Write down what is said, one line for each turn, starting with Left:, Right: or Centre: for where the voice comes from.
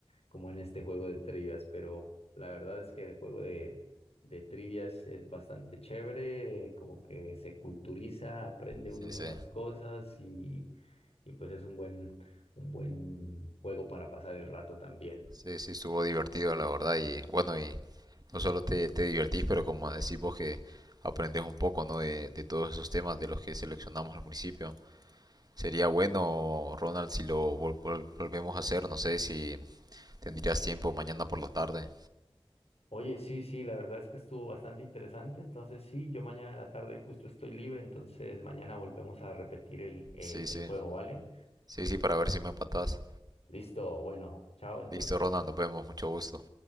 Left: como en este juego de trivias, pero la verdad es que el juego de, de trivias es bastante chévere, como que se culturiza, aprende uno
Right: Sí,
Left: nuevas
Right: sí.
Left: cosas y, y pues es un buen, un buen juego para pasar el rato también.
Right: Sí, sí, estuvo divertido, la verdad. Y bueno, y no solo te, te divertís, pero como decís vos que aprendes un poco, ¿no? De, de todos esos temas de los que seleccionamos al principio. Sería bueno, Ronald, si lo vol- vol- volvemos a hacer. No sé si tendrías tiempo mañana por la tarde.
Left: Oye, sí, sí, la verdad es que estuvo bastante interesante. Entonces, sí, yo mañana en la tarde justo estoy libre, entonces mañana volvemos a repetir el, eh,
Right: Sí, sí.
Left: el juego, ¿vale?
Right: Sí, sí, para ver si me empatás.
Left: Listo, bueno, chao entonces.
Right: Listo, Ronald, nos vemos. Mucho gusto.